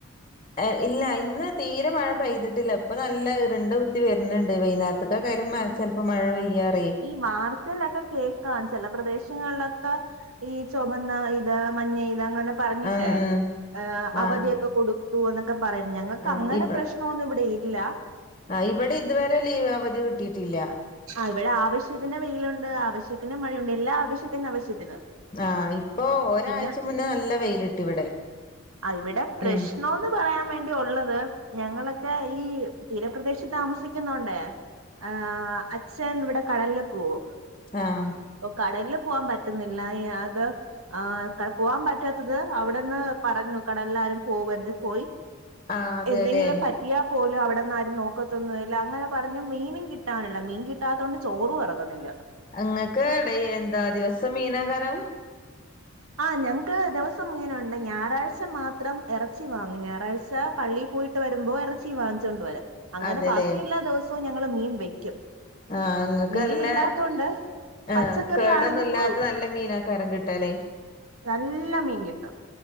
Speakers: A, on the left; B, on the right.
A: എ ഇല്ല ഇന്ന് തീരെ മഴ പെയ്തിട്ടില്ല ഇപ്പൊ നല്ല ഇരുണ്ട്.. ത്തി വരുന്നെണ്ട് വൈന്നാര്ത്ത്ക്കെക്കാരം മഴ ചിലപ്പോ മഴ പെയ്യാറേ
B: ഈ വാർത്തകളിലൊക്കെ കേക്കാം ചെല പ്രദേശങ്ങളിലൊക്കെ ഈ ചുമന്ന ഇത് മഞ്ഞ ഇത് അങ്ങനെ പറഞ്ഞിട്ട്
A: ഉം ഉം
B: ഏഹ് അവധിയൊക്കെ
A: ആഹ്
B: കൊടുത്തൂന്നൊക്കെ പറയും ഞങ്ങക്ക്
A: ആഹ്
B: അങ്ങനെ
A: ഇവ
B: പ്രശ്നോന്നും ഇവിടെയില്ലാ
A: ആഹ് ഇവിടെ ഇതുവരെ ലീവ് അവധി കിട്ടിയട്ടില്ല.
B: ആഹ് ഇവിടാവശ്യത്തിന് വെയിലുണ്ട് ആവശ്യത്തിന് മഴയുണ്ട് എല്ലാ ആവശ്യത്തിന് ആവശ്യത്തിന്.
A: ആഹ് ഇപ്പൊ ഒരാഴ്ച്ച
B: പിന്നെ
A: മുന്നേ നല്ല വെയില് കിട്ടി ഇവിടെ.
B: ആഹ് ഇവിടെ പ്രശ്നോന്ന്..
A: ഉം
B: പറയാൻ വേണ്ടി ഒള്ളത് ഞങ്ങളൊക്കെ ഈ തീരപ്രദേശത്ത് താമസിക്കുന്നോണ്ടേ ആഹ് അച്ഛൻ ഇവിടെ കടലില് പോവും.
A: ആഹ്
B: ഇപ്പൊ കടലില് പോവാൻ പറ്റുന്നില്ല ഈയത് ആഹ് കൽ പോവാൻ പറ്റാത്തത് അവിടെന്ന്. പറഞ്ഞു കടലിൽ ആരും പോവ രുത് പോയി
A: ആഹ് അതെല്ലേ
B: എന്തെങ്കിലും പറ്റ.. ത്തിയ പോലും അവിടെന്നാരും നോക്കത്തൊന്നുവില്ല അങ്ങനെ പറഞ്ഞ് മീനും കിട്ടാനില്ല മീൻ കിട്ടാത്തോണ്ട് ചോറു എറങ്ങുന്നില്ല.
A: അങ്ങക്ക് ഡൈ എന്താ ദിവസം മീനാഹാരം.
B: ആഹ് ഞങ്ങക്ക് ദിവസം മീനുണ്ട് ഞായറാഴ്ച മാത്രം ഇറച്ചി വാങ്ങും ഞായറാഴ്ച.. ച്ച പള്ളീ പോയിട്ട് വരുമ്പോ എറ ത്തി വാങ്ങിച്ചോണ്ട് വരും. അങ്ങനെ
A: അതെല്ലേ
B: ബാക്കി എല്ലാ ദിവസവും ഞങ്ങള് മീൻ വെക്കും.
A: ആഹ് ഇങ്ങക്ക്
B: മീൻ
A: നല്ല
B: ഇല്ലാത്തോണ്ട്
A: ആഹ്
B: പച്ചക്കറി
A: കേടൊന്നും
B: ആണെങ്കിൽ
A: ഇല്ലാത്ത നല്ല മീനാകാരം കിട്ടാലേ.
B: നല്ല മീൻ കിട്ടും